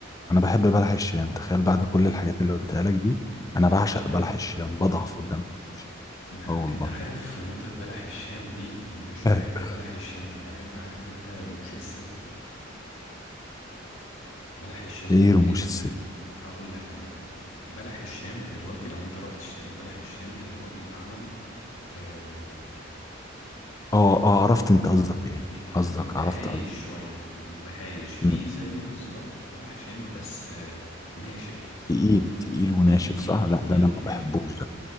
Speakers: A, on the left; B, on the left.
A: انا بحب بلح الشام تخيل بعد كل الحاجات اللي قلتها لك دي
B: بلح
A: انا بعشق
B: الشام
A: بلح الشام بضعف قدامه
B: <laughs>
A: اه والله
B: انت عارف في نقطة بلح الشام دي مش
A: <laughs>
B: بحب بلح الشام انا بحب عارف انت رموش الست بلح الشام
A: ايه
B: ال...
A: رموش
B: ال...
A: الست
B: هقول لك انا بلح الشام دلوقتي لو انت رحت اشتريت بلح الشام اللي هو بيتعمل آه...
A: اه اه
B: بي...
A: عرفت انت قصدك ايه
B: بيتعمل
A: قصدك
B: بيبقى
A: عرفت
B: هايش
A: قصدك
B: شوية بيبقى هايش فيه
A: مم.
B: زيه بالظبط بلح شام بس آه... ناشف
A: تقيل
B: م...
A: تقيل وناشف
B: تقيل
A: صح
B: تقيل
A: لا ده انا
B: وناشف
A: ما بحبوش ده